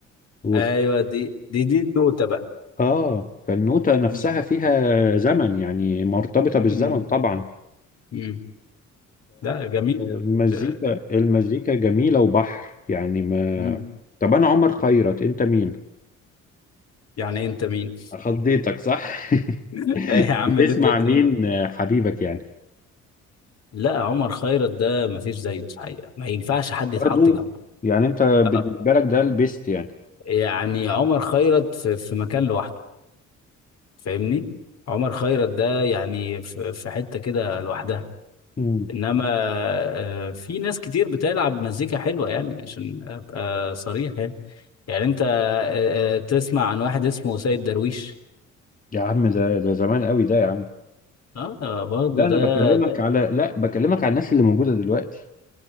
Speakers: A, on the left; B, on the left.
A: وفي
B: ايوه دي دي دي النوتة بقى
A: اه فالنوتة نفسها
B: مم.
A: فيها زمن يعني مرتبطة بالزمن
B: مم.
A: طبعا
B: مم. لا جميل
A: المزيكا
B: ال-
A: المزيكا جميلة وبحر يعني ما
B: مم.
A: طب أنا عمر خيرت أنت مين؟
B: يعني انت مين
A: خضيتك صح؟
B: <laughs>
A: <laughs>
B: إيه يا عم
A: بتسمع
B: اللي انت قلت
A: مين آه، حبيبك يعني؟
B: لا عمر خيرت ده ما فيش زيه الحقيقه ما ينفعش حد
A: برضو
B: يتحط جنبه
A: يعني أنت بالنسبة
B: آه.
A: لك ده البيست يعني
B: يعني عمر خيرت في, في مكان لوحده فاهمني عمر خيرت ده يعني في, في حته كده لوحدها
A: مم.
B: انما آه، في ناس كتير بتلعب مزيكا حلوه يعني عشان ابقى صريح يعني يعني انت آه، آه، تسمع عن واحد اسمه سيد درويش
A: يا عم ده ده زمان قوي ده يا عم
B: اه برضه
A: لا انا بكلمك
B: ده
A: على لا بكلمك على الناس اللي موجوده دلوقتي